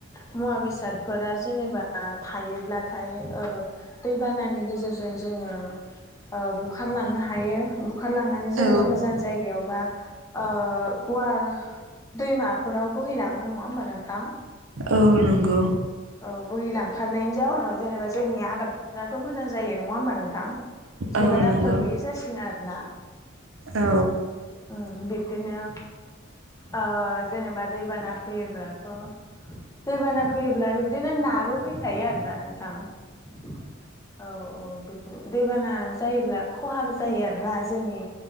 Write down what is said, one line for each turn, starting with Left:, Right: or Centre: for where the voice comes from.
Left: मुवा बेसादफोरा जेनेबा थायोब्लाथाय ओ दैबानानि गेजेरजों जों ओ बुखारलांनो हायो बुखारलांनानै
Right: अ
Left: जेनेबा गोजान जायगायावबा ओ गुवार दैमाफोराव बोहैलाङो नङा होमबा नोंथां?
Right: औ नंगौ।
Left: औ बोहैलांखारनायनि जाउनाव जेनेबा जोंनि आबाद फोथाराथ' मोजां जायो नङा होमबा नोंथां? जेनेबा
Right: औ
Left: दाखोर
Right: नंगौ
Left: गैयि जासिगोन आरोना।
Right: औ
Left: ओं बिब्दिनो ओ जेनेबा दैबाना फैयोब्लाथ' दैबाना फैयोब्ला बिदिनो नाबो फैफायो आरोना नोंथां। औ औ बिदिनो दैबाना जायोब्ला खहाबो जायो आरोना जोंनि